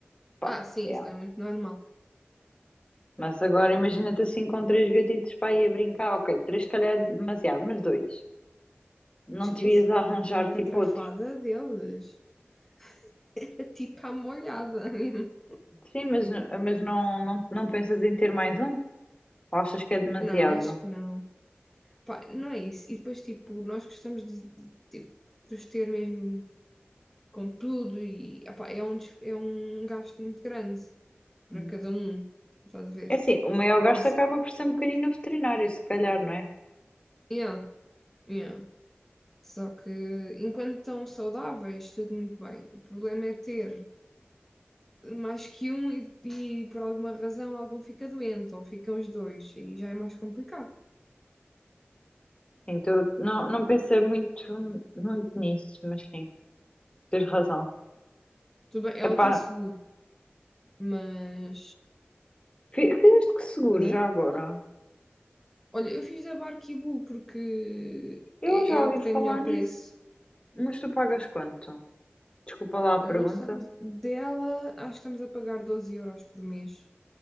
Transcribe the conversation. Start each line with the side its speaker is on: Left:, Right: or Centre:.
Left: pá,
Centre: Ah, sim,
Left: yeah.
Centre: isso não é muito normal.
Left: Mas agora imagina-te assim com três gatitos para ir a brincar, ok, três se calhar é demasiado, mas dois. Não
Centre: Esquece,
Left: te vias
Centre: eu
Left: a
Centre: para
Left: arranjar
Centre: mim tinha uma
Left: tipo
Centre: catrafada
Left: outro.
Centre: deles. <laughs> Era tipo à molhada <laughs> mesmo.
Left: Sim, mas, mas não, não, não pensas em ter mais um? Ou achas que é demasiado?
Centre: Não, acho que não. Pá, não é isso. E depois, tipo, nós gostamos de, de- tipo, de os ter mesmo com tudo e ah pá, é um, des- é um gasto muito grande para
Left: Hum.
Centre: cada um. Estás a ver?
Left: É assim, o maior
Centre: Porque
Left: gasto
Centre: assim,
Left: acaba por ser um bocadinho no veterinário, se calhar, não é?
Centre: yeah, yeah. Só que enquanto estão saudáveis, tudo muito bem. O problema é ter mais que um e, e por alguma razão algum fica doente ou ficam os dois, e já é mais complicado.
Left: Então, não, não pensei muito, muito nisso, mas sim, tens razão.
Centre: Tudo bem, ela
Left: Epá,
Centre: tem seguro, mas,
Left: fi- fizeste que seguro
Centre: né?
Left: já agora?
Centre: Olha, eu fiz a Barkibu porque
Left: Eu
Centre: é,
Left: já
Centre: é
Left: ouvi
Centre: o que
Left: falar
Centre: tem melhor
Left: nisso,
Centre: preço.
Left: mas tu pagas quanto? Desculpa lá
Centre: Olha,
Left: a pergunta.
Centre: nós estamos dela, acho que estamos a pagar 12 euros por mês.